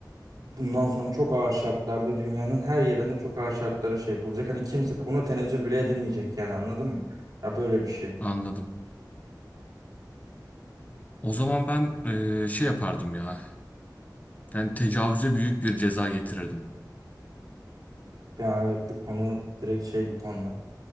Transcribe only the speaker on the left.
anladım. O zaman ben eee, şey yapardım ya. Yani tecavüze büyük bir ceza getirirdim.